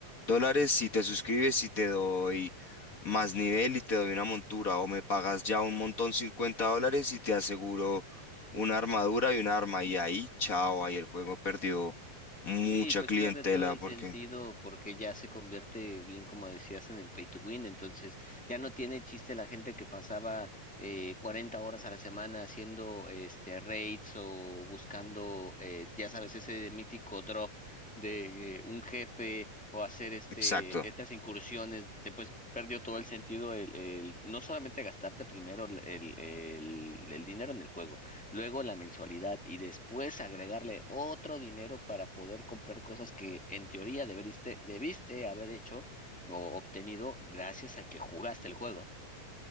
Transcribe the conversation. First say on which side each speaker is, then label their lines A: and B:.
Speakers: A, on the left; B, in the centre.
A: dólares si te suscribes y te doy más nivel y te doy una montura o me pagas ya un montón 50 dólares y te aseguro una armadura y un arma y ahí, chao, ahí el juego perdió mucha
B: Sí, pues
A: clientela
B: pierde todo el
A: porque...
B: sentido porque ya se convierte, bien como decías, en el pay to win. Entonces ya no tiene chiste la gente que pasaba eh, 40 horas a la semana haciendo este raids o buscando, eh, ya sabes, ese mítico drop de eh, un jefe o hacer este
A: Exacto,
B: estas incursiones. Después perdió todo el sentido el, el no solamente gastarte primero el, el, el el dinero en el juego luego la mensualidad y después agregarle otro dinero para poder comprar cosas que en teoría deberiste, debiste haber hecho o obtenido gracias a que jugaste el juego.